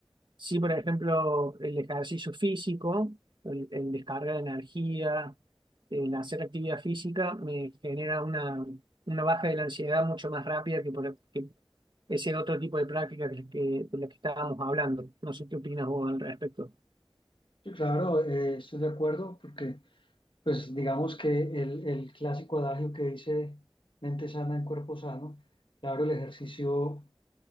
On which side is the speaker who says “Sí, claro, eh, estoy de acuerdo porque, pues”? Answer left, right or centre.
Left